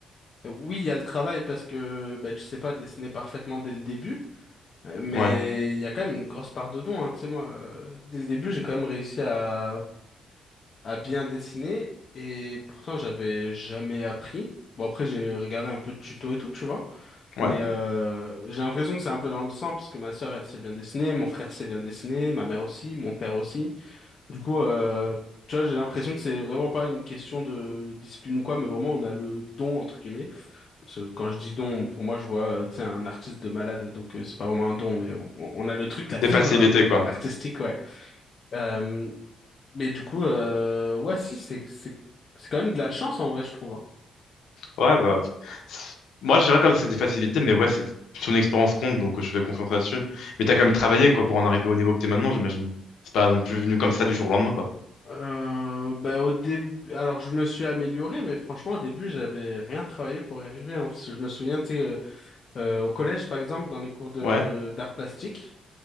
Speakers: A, on the left; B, on the left.
A: oui, il y a le travail parce que bah, tu sais pas dessiner parfaitement dès le début. Euh, Mais
B: Ouais,
A: il y a quand même une grosse part de don, hein. Tu sais, moi, euh, dès le début, j'ai quand même réussi à, à bien dessiner et pourtant, j'avais jamais appris. Bon, après, j'ai regardé un peu de tuto et tout, tu vois.
B: ouais.
A: Mais euh, j'ai l'impression que c'est un peu dans le sang parce que ma sœur, elle sait bien dessiner, mon frère sait bien dessiner, ma mère aussi, mon père aussi. Du coup, euh, tu vois, j'ai l'impression que c'est vraiment pas une question de discipline ou quoi, mais vraiment, on a le don, entre guillemets. Parce que quand je dis don, pour moi, je vois, euh, tu sais, un artiste de malade, donc euh, c'est pas vraiment un don, mais on, on a le truc,
B: Des
A: la fibre
B: facilités, quoi.
A: artistique, ouais. Euh, mais du coup, euh, ouais, si, c'est, c'est, c'est quand même de la chance en vrai, je trouve. hein.
B: Ouais, bah, c'est- moi, je dirais comme c'est des facilités, mais ouais, c'est son expérience compte, donc euh, je fais confiance là-dessus. Mais t'as quand même travaillé, quoi, pour en arriver au niveau que t'es maintenant, j'imagine. C'est pas non plus venu comme ça du jour au lendemain, quoi.
A: Euh, bah, au début, alors je me suis amélioré, mais franchement, au début, j'avais rien travaillé pour y arriver. hein, parce que je me souviens, tu sais, euh, euh, au collège, par exemple, dans les cours de
B: Ouais,
A: d'art plastique.